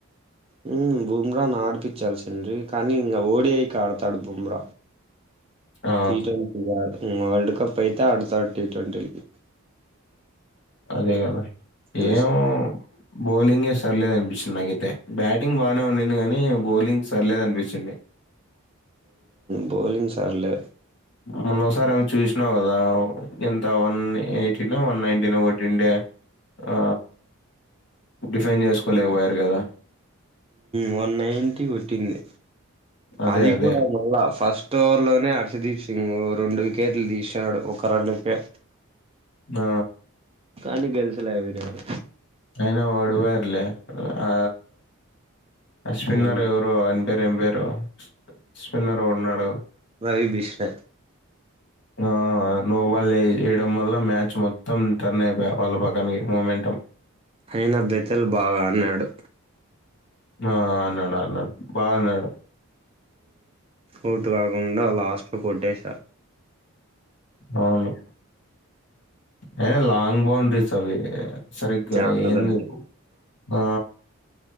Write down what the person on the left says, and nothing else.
ఆ
అదే కదా
ఏం బౌలింగే సర్లేదు అనిపిించింది నాకైతే బ్యాటింగ్ బాగానే ఉన్నింది కాగానీ బౌలింగ్ సర్లేదు అనిపించింది
మొన్న ఒకసారి ఏమో చూసినావు కదా ఎంత వన్ ఎయిటీనో వన్ నైన్టీనో కొట్టిండే ఆ డిఫైండ్ చేసుకోలేకపోయారు కదా
అదే
అదే
ఆ
అయినా ఓడుపోరులే ఆ స్పిన్నర్
ఇ అన్ని పేరు ఏం పేరు స్పిన్నర్ ఉన్నడు
ఆ నో బాల్ వేయడం వల్ల మ్యాచ్ మొత్తం టర్న్ అయిపో వాళ్ళ పక్కనికి మూమెంట్
ఆ అడ్నా డు అడ్నాడు బా అడ్నాడు
అవును హె అది లాంగ్ బౌండ్రీస్ అవి సరిగ్గా
ఏందివు
ఆ